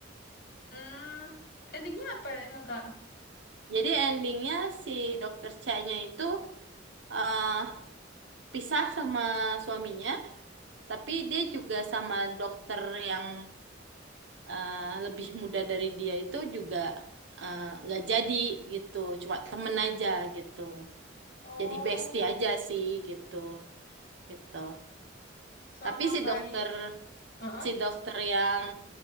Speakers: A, on the left (about 50°); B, on the right (about 70°).
A: hmm endingnya apa ya emang kak
B: Jadi endingnya si Dokter Cha-nya itu eh, pisah sama suaminya, tapi dia juga sama dokter yang eh, lebih muda dari dia itu juga eh, nggak jadi gitu cuma temen aja gitu
A: oh
B: jadi bestie aja sih gitu gitu
A: sama
B: tapi si
A: kayak
B: dokter
A: Heeh.
B: si dokter yang